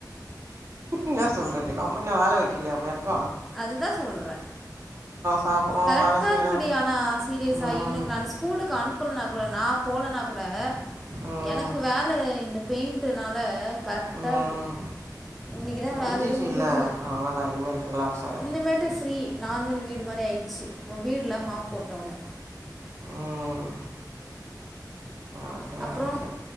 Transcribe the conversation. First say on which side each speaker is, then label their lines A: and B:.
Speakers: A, on the right; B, in the centre.
A: என்ன சொல் நம்ம என்ன வேல வெட்டி இல்லாமையா இருக்கோ
B: அதுதா சொல்றே
A: சாப்பிட்றோம்
B: கரெக்டாருக்குடி
A: வேலை செய்கிறோம்
B: ஆனா சீரியஸா
A: ம்
B: இவனுக்கு நானு ஸ்கூல் ஸ்கூலுக்கு அனுப்பலனா கூட நா போலனா கூட
A: ம்
B: எனக்கு வேல இந்த பெயிண்ட்டுனா ல கரெக்ட்டாருக்கு
A: ம்
B: இன்னைக்குதா
A: முடிஞ்சிச்சு
B: வேலயே முடி
A: இல்லை
B: முடுஞ்சுது
A: அவ்வளோதான் இனிமேல் ரிலாக்ஸ் ஆகிடு
B: இன்னிமேட்டு ஃப்ரீ நார்மல் வீடு மாரி ஆய்டுச்சு வீடுல மாப் போட்டோன்ன
A: ம் ஓகே
B: அப்றோ
A: ஓகே